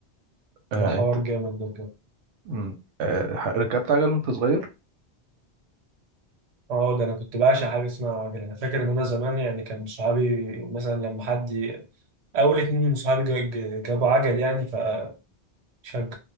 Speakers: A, on the right; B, on the right.
A: أه
B: ده حوار
A: أنت
B: جامد ده
A: مم، أه ح- ركبت عجل وأنت صغير؟
B: اه ده انا كنت بعشق حاجه اسمها عجل انا فاكر ان انا زمان يعني كان صحابي مثلا لما حد ي- اول اتنين من صحابي جا- جا- جابوا عجل يعني فشجعوا الواحد